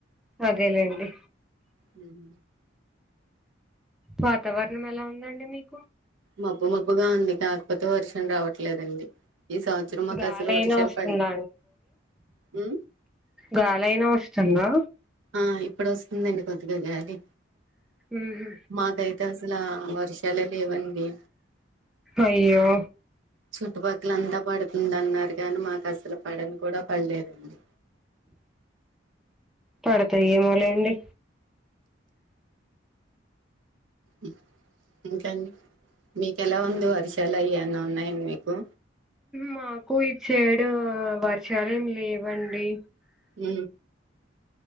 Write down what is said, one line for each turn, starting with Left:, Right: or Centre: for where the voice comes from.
Centre: అదేలేండి
Right: హ్మ్.
Centre: వాతావరణం ఎలా ఉందండి మీక్
Right: మబ్బు మబ్బుగా ఉంది కాకపోతే వర్షం రావట్ చెలేదండి ఈ సంవత్సరం మాకు
Centre: గాలైనా
Right: అసలు ఒక చెల్ప
Centre: వస్తుందా
Right: అండి ఉ
Centre: గాలయినా వస్తుందా
Right: ఆ ఇప్పుడు వస్తుందండి కొద్దిగా గాలి
Centre: ఉహు
Right: మాకైతే అసల వర్షాలే లేవండి
Centre: అయ్యో
Right: చుట్టుపక్కల అంతా పడుతుంద అన్నారు కానీ మాకు అసలు పడని కూడా పడలేదండి
Centre: పడతాఏమో లేండి
Right: అ ఇంకాండి మీకెలా ఉంది వరిషాల అవి ఎవన ఉన్నాయండి మీకు
Centre: మాకు ఈచ్చేడు వర్షాలు లేవండి
Right: ఉ